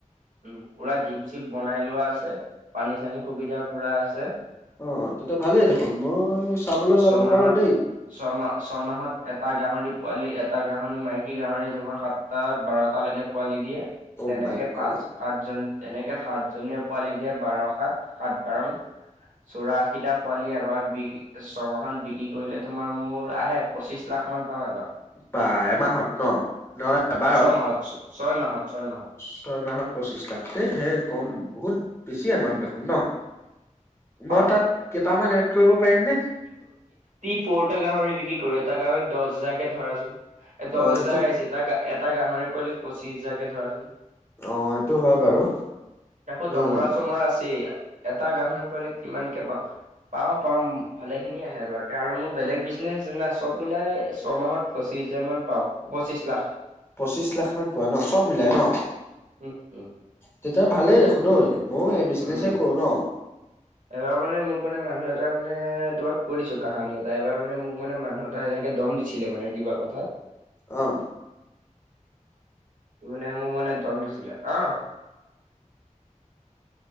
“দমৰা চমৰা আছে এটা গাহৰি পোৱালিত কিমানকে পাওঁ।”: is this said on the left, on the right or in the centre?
Right